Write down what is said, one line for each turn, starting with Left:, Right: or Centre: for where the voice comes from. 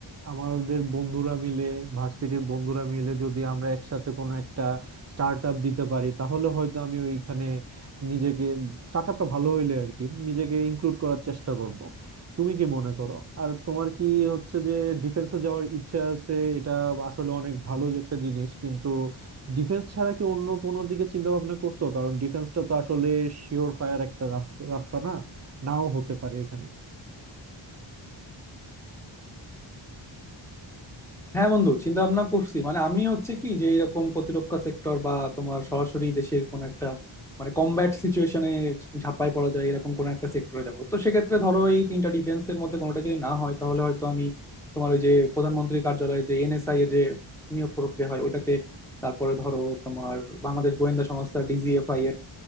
Right: আমাদের বন্ধুরা মিলে ভার্সিটির বন্ধুরা মিলে যদি আমরা একসাথে কোনো একটা স্টার্ট আপ দিতে পারি তাহলে হয়তো আমি ওইখানে নিজেকে স্টার্ট আপটা ভালো হইলে আর কি নিজেকে ইনক্লুড করার চেষ্টা করব তুমি কি মনে করো আর তোমার কি হচ্ছে যে ডিফেন্সে যাওয়ার ইচ্ছা আছে এটা আসলে অনেক ভালো একটা জিনিস কিন্তু ডিফেন্স ছাড়া কি অন্য কোনো দিকে চিন্তা ভাবনা করছো কারণ ডিফেন্সটা তো আসলে শিওর ফায়ার একটা রাস্তা রাস্তা না নাও হতে পারে এখানে
Centre: হ্যাঁ বন্ধু চিন্তা ভাবনা করছি মানে আমি হচ্ছে কি যে এরকম প্রতিরক্ষা সেক্টর বা তোমার সরাসরি দেশের কোনো একটা মানে কমব্যাট সিচুয়েশনে ঝাঁপায় পড়া যায় এরকম কোনো একটা সেক্টরে যাব তো সেক্ষেত্রে ধরো এই তিনটা ডিফেন্সের মধ্যে কোনোটা যদি না হয় তাহলে হয়তো আমি তোমার ওই যে প্রধানমন্ত্রীর কার্যালয়ে যে এনএসআই এর যে নিয়োগ প্রক্রিয়া হয় ওটাতে তারপরে ধরো তোমার বাংলাদেশ গোয়েন্দা সংস্থা ডিজিএফআই এর